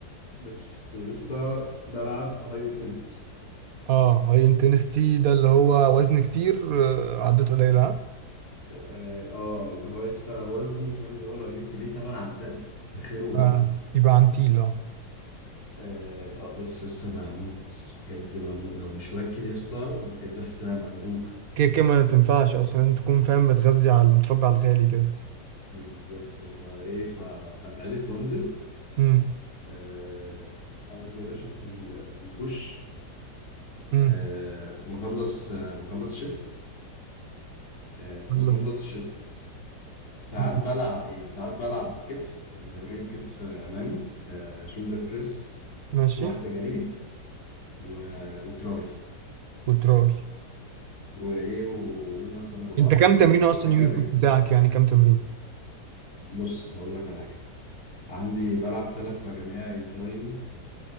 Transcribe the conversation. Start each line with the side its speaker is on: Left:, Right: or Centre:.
Left: بس يسطا بلعب هاي انتنستي
Right: اه هاي انتنستي ده اللي هو وزن كتير آه، عدات قليلة ها
Left: اه آه، اللي هو يسطا وزن فاهم اللي هو لو جبت بيه تمن عدات خير وبركة
Right: آه. يبقى عن تيل اه
Left: اه آه، بس يسطا بموت بجد بموت لو مش واكل يسطا بجد بحس ان انا ب- بدوخ
Right: كده كده ما تنفعش اصلا لازم تكون فاهم بتغذي على المتربع الغالي كده
Left: بالظبط فايه فبتعلف وانزل
Right: <laughs>
Left: آه اودي يا باشا في ال- في البوش
Right: مم.
Left: آه بخلص آه بخلص شيست آه بخلص
Right: يلا.
Left: شيست ساعات
Right: مم.
Left: بلعب يعني ساعات بلعب كتف يعني تمرين كتف آه، امامي آه شولدر بريس
Right: ماشي
Left: واحدة جانبي و... وتراي
Right: وتراي
Left: وايه وقول مثلا رباعية
Right: انت و- كام
Left: كردي
Right: تمرينه
Left: ولا
Right: اصلا
Left: حاجة
Right: يوم الفوت
Left: ده-
Right: بتاعك يعني كام تمرينه
Left: بص هقول لك على حاجة عندي بلعب ثلاث مجاميع انكلاين